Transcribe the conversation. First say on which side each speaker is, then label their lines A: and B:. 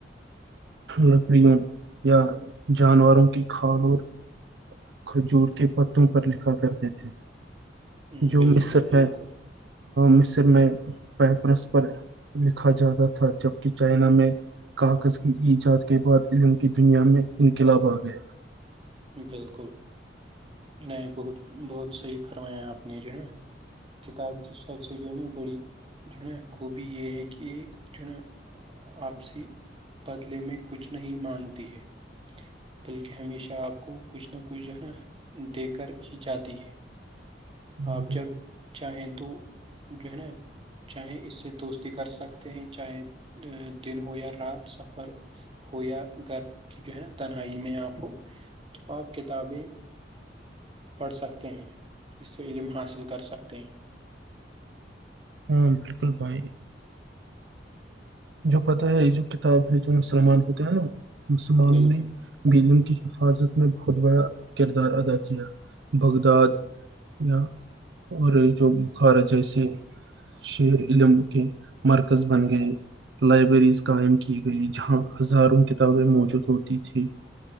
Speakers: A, on the right (about 75°); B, on the right (about 30°).
A: لکڑیوں یا جانوروں کی کھال اور کھجور کے پتوں پر لکھا کرتے تھے
B: ام،
A: جو
B: بالکل
A: مصر
B: بالکل
A: ہے مصر میں پیپرس پر لکھا جاتا تھا جبک چائنا میں کاغذ کی ایجاد کے بعد علم کی دنیا میں انقلاب آ گیا
B: بالکل نہیں بہت بہت صحیح فرمایا آپ نے جو ہے نا کتاب کے سھ سب سے جو ہے نا بڑی جو ہے نا خوبی یہ ہے کہ ایک جو ہے نا آپسی بدلے میں کچھ نہیں مانگتی ہے بلکہ ہمیشہ آپ کو کچھ نہ کچھ جو ہے نا دے کر ہی جاتی ہے
A: گیا
B: آپ جب چاہیں تو گہن <inaudible> چاہے اس سے دوستی کر سکتے ہیں چاہے دن ہو یا رات سفر ہو یا گھرب کی جو ہے نا تنہائی میں آپ ہو تو آپ کتابیں پڑھ سکتے ہیں اس سے علم حاصل کر سکتے ہیں
A: ہاں بالکل بھائی جو پتاہ ہے یہ جو کتاب ہے جو مسلمان ہوتے ہیں نا مسلمانوں
B: بالکل
A: نے بیللم کی حفاظت میں بہت بڑا کردار ادا کیا بگداد یا اور یہ جو بخار جیسے شیر علم کے مرکز بن گئے لائبریریز قائم کی گئی جہاں ہزاروں کتابیں موجود ہوتی تھی